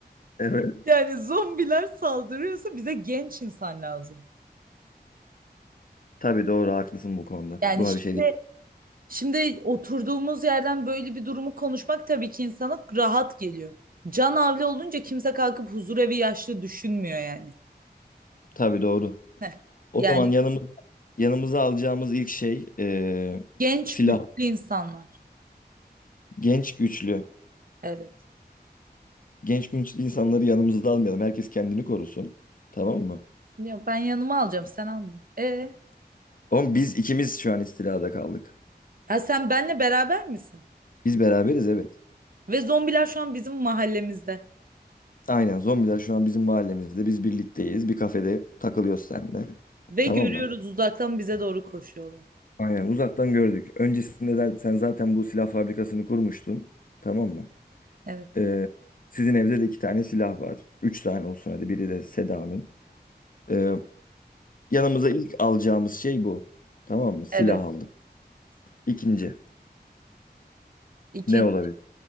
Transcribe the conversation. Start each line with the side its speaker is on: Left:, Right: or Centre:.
Left: Evet.
Right: Yani zombiler saldırıyorsa bize genç insan lazım.
Left: Tabii doğru haklısın bu konuda.
Right: Yani
Left: Buna
Right: şimdi
Left: bir şey değil.
Right: şimdi oturduğumuz yerden böyle bir durumu konuşmak tabii ki insana rahat geliyor. Can havli olunca kimse kalkıp huzurevi yaşlı düşünmüyor yani.
Left: Tabii doğru.
Right: Heh.
Left: O
Right: Yani
Left: zaman yanımız, yanımıza alacağımız ilk şey e,
Right: genç
Left: silah.
Right: güçlü insanlar.
Left: Genç güçlü.
Right: Evet.
Left: Genç güçlü insanları yanımıza almayalım. Herkes kendini korusun. Tamam mı?
Right: Ya ben yanıma alacağım sen alma. E,
Left: Oğlum biz ikimiz şu an istilada kaldık.
Right: ha sen benle beraber misin?
Left: Biz beraberiz evet.
Right: Ve zombiler şu an bizim mahallemizde.
Left: Aynen zombiler şu an bizim mahallemizde. Biz birlikteyiz. Bir kafede takılıyoruz seninle.
Right: Ve
Left: Tamam
Right: görüyoruz
Left: mı?
Right: uzaktan bize doğru koşuyorlar.
Left: Aynen uzaktan gördük. Öncesinde de sen zaten bu silah fabrikasını kurmuştun. Tamam mı?
Right: Evet.
Left: E, sizin evde de iki tane silah var. Üç tane olsun hadi. Biri de Seda'nın. Ee, Yanımıza ilk alacağımız şey bu. Tamam mı? Silah
Right: Evet.
Left: aldık. İkinci
Right: İkinci,
Left: ne olabilir?